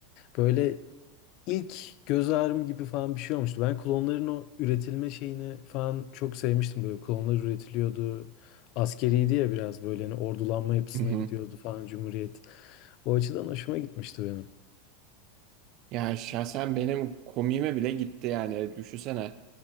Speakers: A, on the left (about 50°); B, on the right (about 45°).
A: Böyle ilk göz ağrım gibi falan bir şey olmuştu. Ben klonların o üretilme şeyini falan çok sevmiştim. Böyle klonlar üretiliyordu. Askeriydi ya biraz böyle hani ordulanma yapısına
B: Hı hı.
A: gidiyordu falan Cumhuriyet. O açıdan hoşuma gitmişti benim.
B: Ya şahsen benim komiğime bile gitti yani. Düşünsene.